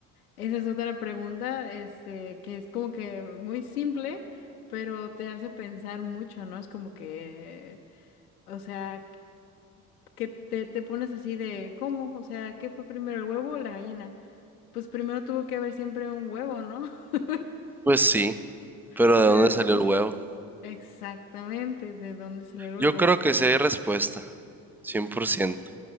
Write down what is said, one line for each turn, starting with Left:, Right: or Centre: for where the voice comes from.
Left: Esa es otra pregunta, este, que es como que muy simple, pero te hace pensar mucho, ¿no? Es como que, o sea, que te, te pones así de, ¿cómo? O sea, ¿qué fue primero, el huevo o la gallina? Pues primero tuvo que haber siempre un huevo, ¿no? <laughs>
Centre: Pues sí, pero
Left: O
Centre: ¿de
Left: sea,
Centre: dónde salió el huevo?
Left: exactamente, ¿de dónde sale el huevo?
Centre: Yo creo que sí hay respuesta. cien por ciento